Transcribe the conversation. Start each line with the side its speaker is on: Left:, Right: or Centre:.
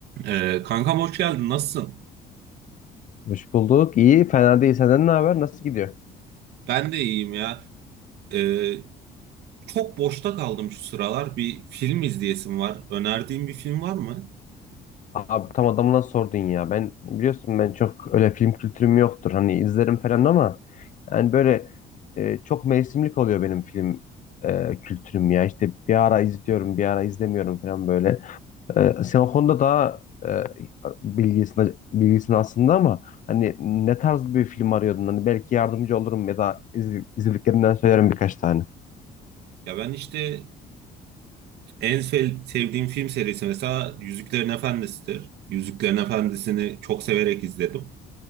Right: Ee, kankam hoş geldin. Nasılsın?
Left: Hoş bulduk. İyi, fena değil. Senden ne haber? Nasıl gidiyor?
Right: Ben de iyiyim ya. Ee, çok boşta kaldım şu sıralar. Bir film izleyesim var. Önerdiğin bir film var mı?
Left: Abi tam adamına sordun ya. Ben biliyorsun ben çok öyle film kültürüm yoktur. Hani izlerim falan ama yani böyle e, çok mevsimlik oluyor benim film e, kültürüm ya. İşte bir ara izliyorum, bir ara izlemiyorum falan böyle. E, sen o konuda daha e, bilgisin, bilgisin aslında ama hani ne tarz bir film arıyordun? Hani belki yardımcı olurum ya da iz, izlediklerimden söylerim birkaç tane.
Right: Ya ben işte en sev- sevdiğim film serisi mesela Yüzüklerin Efendisi'dir. Yüzüklerin Efendisi'ni çok severek izledim.